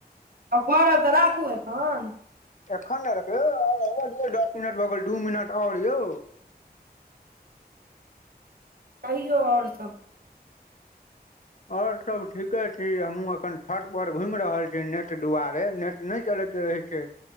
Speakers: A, on the right; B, on the left.
A: आ करब तऽ राखू एखन
B: एखन ने रौ दस मिनट भगल दू मिनट आओर यौ
A: कहियौ आओर सब
B: और सब ठीके छी हमूँ अखन छठ पर घुमि रहल छी नेट दुआारे नेट नहि चलैत रहै छै।